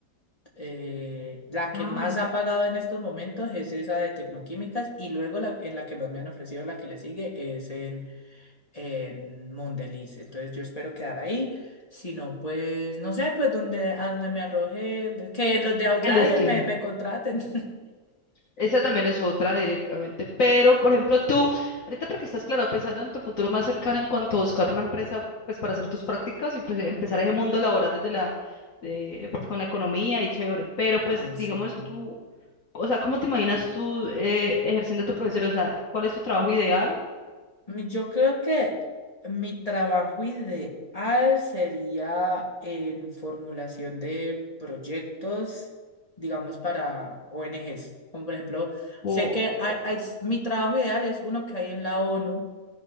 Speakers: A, on the left; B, on the left.
A: Eh, la que
B: Ah,
A: más ha pagado en estos momentos es esa de tecnoquímicas y luego la, en la que más me han ofrecido, la que le sigue es en Mondeliz. Entonces yo espero quedar ahí. Si no, pues, no sé, pues donde, a donde me arroje, el- que los de Outlier
B: el destino.
A: me, me contraten. <laughs>
B: Esa también es otra directamente. Pero, por ejemplo, tú, ahorita porque estás claro, pensando en tu futuro más cercano en cuanto a buscar una empresa, pues para hacer tus prácticas y pues,
A: Ujú.
B: empezar ese mundo laboral desde la, de, pues con la economía y chévere. Pero, pues,
A: Ay, sí.
B: digamos tú, o sea, ¿cómo te imaginas tú eh, ejerciendo tu profesión? O sea, ¿cuál es tu trabajo ideal?
A: Mi- Yo creo que mi trabajo ideal sería en formulación de proyectos, digamos, para ONGs. Como por ejemplo,
B: Wow.
A: sé que hay- hay s- mi trabajo ideal es uno que hay en la ONU,